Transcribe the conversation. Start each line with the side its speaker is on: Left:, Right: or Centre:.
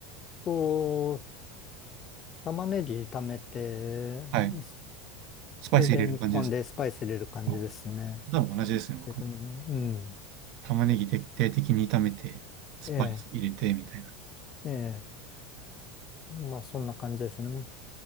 Left: と、玉ねぎ炒めて、うん
Right: はい。スパイス入れる感じですか
Left: それで日本でスパイス入れる感じですね。
Right: あ、多分同じですね、僕も。
Left: ビタミねうん。
Right: 玉ねぎ徹底的に炒めて、スパイス入れて、
Left: ええ、
Right: みたいな。
Left: ええ。まあそんな感じですね。ま